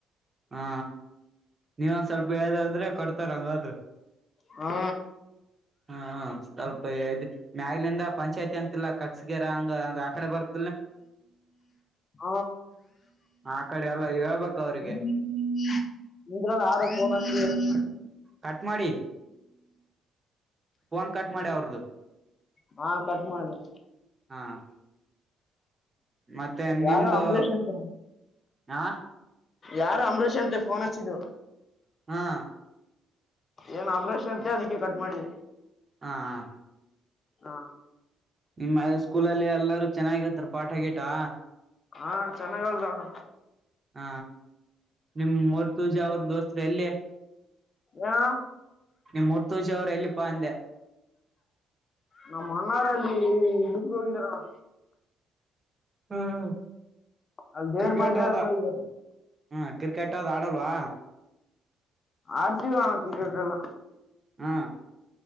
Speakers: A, on the right; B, on the left.
A: ಹಾ ನೀವೊಂದ ಸ್ವಲ್ಪ ಹೇಳಿದೆ ಅಂದ್ರೆ ಕಡ್ತಾರ ಹಂಗಾದರು
B: ಹಾ
A: ಹಾ ಸ್ವಲ್ಪ ಮ್ಯಾಗಲಿಂದ ಪಂಚಾಯಿತಿ ಅಂತಿಲ್ಲ ಕಕ್ಸ್ಗಿರ ಹಂಗ ಅಂದ ಆ ಕಡೆ ಬರ್ತ
B: ಹ
A: ಆ ಕಡೆ ಎಲ್ಲ ಹೇಳ್ಬೇಕ ಅವ್ರಿಗೆ
B: ್ಮ ಇಂದ್ರ ಯರೋ ಪಣ <unintelligible>
A: ಕಟ್ ಮಾಡಿ ಫೋನ್ ಕಟ್ ಮಾಡಿ ಅವ್ರದು
B: ಹಾ ಕಟ್ ಮಾಡ್ರಿ
A: ಹಾ ಮತ್ತೆ ನಿಮ್ದು
B: ಯಾರು ಅಂಬ್ಲಾಷ್ ಅಂತೆ
A: ಹ
B: ಯಾರು ಅಂಬರೀಷ್ ಅಂತೆ ಫೋನ್ ಹಚ್ಚಿದು
A: ಹಾ
B: ಏನ್ ಆಪ್ರೇಷನ್ ಅಂತ ಅದಕ್ಕೆ ಕಟ್ ಮಾಡಿದೆ
A: ಹಾ ಹ
B: ಹಾ
A: ನಿಮ್ಮ್ ಸ್ಕೂಲಲ್ಲಿ ಎಲ್ಲಾರೂ ಚೆನ್ನಾಗಿತ್ತರ್ ಪಾಠ ಆಗಿಟಾ
B: ಹಾ ಚೆನ್ನಾಗ ಅಲ್ದ ಅಣ್ಣ
A: ಹ ನಿಮ್ ಮೂರ್ತೂಜ ಅವ್ರ ದೋಸ್ತ್ರು ಎಲ್ಲಿ
B: ಏನ
A: ನಿಮರ್ತಜಿ ಅವರು ಎಲ್ಲಿಪ್ಪಾ ಅಂದೆ
B: ನಮ್ಮ ಮಣ್ಣಾರಲ್ಲಿ ಇದಕ್ ಹೋಗಿದರ ಣಾ
A: ಹ್ಮ
B: ಅಲ್ಲಿ ದೇವ್ರ
A: ಕ್ರಿಕೆಟ್
B: ಮಾಡಿದಾರ
A: ಅದ
B: ಅಲ್ಲಿ ಹೋಗಿದಾರೆ
A: ಹ್ಮ ಕ್ರಿಕೆಟ್ ಅ ಆಡಲ್ವಾ
B: ಆರ್ತಿ ಹಣ ಕ್ರಿಕೆಟೆಲ್ಲ
A: ಹಾ